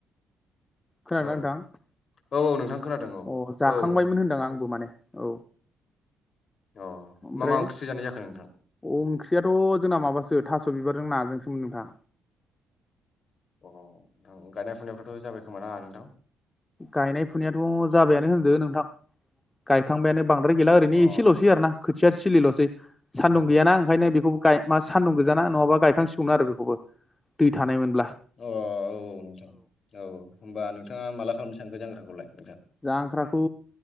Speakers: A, on the left (about 20°); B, on the left (about 50°).
A: खोनादों
B: औ
A: ना नोंथां
B: औ औ नोंथां खोनादों औ
A: अ जाखांबायमोन
B: औ नोंथां
A: होनदों आंबो माने औ
B: अ
A: ओमफ्राय
B: मा मा ओंख्रिथो जानाय जाखो नोंथां
A: ओंख्रियाथ' जोंना माबासो थास' बिबारजों नाजोंसोमोन नोंथां
B: अ नोंथां गायनाय फुनायफ्रावथ' जाबाय खोमा ना नोंथां
A: गायनाय फुनायाथ' जाबायानो होनदो नोंथां गायखांबायानो बांद्राय गैला ओरैनो
B: अ
A: एसेल'सै आरो ना खोथिया थिलिल'सै सान्दुं
B: अ
A: गैयाना ओंखायनो बेखौ गाय मा सान्दुं गोजाना नङाबा गायखांसिगौमोन आरो बेखौबो दै थानायमोनब्ला
B: अ औ औ नोंथां औ होमबा नोंथाङा माला खालामनो सानखो जांग्राखौलाय नोंथां
A: जांख्राखौ